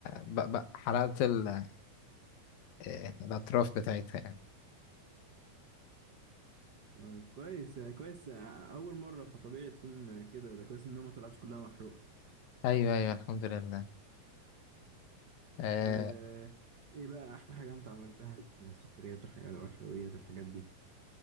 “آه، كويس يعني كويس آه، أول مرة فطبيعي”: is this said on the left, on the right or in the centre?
Right